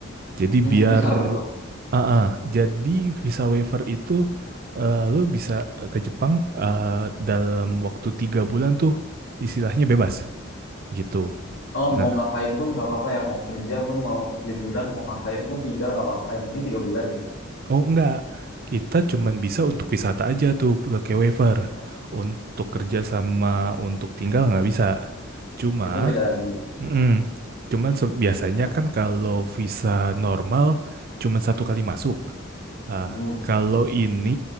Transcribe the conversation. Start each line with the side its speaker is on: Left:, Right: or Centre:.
Right: Jadi
Left: Hmm,
Right: biar
Left: visa apa dong?
Right: ah ah, jadi visa waiver itu eh, lu bisa ke Jepang eh, dalam waktu tiga bulan tuh istilahnya bebas gitu.
Left: Oh
Right: Nah,
Left: mau ngapain pun nggak apa-apa ya. Mau kerja pun mau liburan mau ngapain pun tinggal nggak apa-apa. Yang penting tiga bulan gitu.
Right: oh enggak, kita cuman bisa untuk wisata aja tuh pakai waiver.
Left: Oh
Right: Untuk kerja sama untuk tinggal nggak bisa. Cuma
Left: itu beda lagi.
Right: Mm-mm. Cuman se- biasanya
Left: Hah?
Right: kan kalau visa normal cuman satu kali masuk. Ah,
Left: Hmm.
Right: kalau ini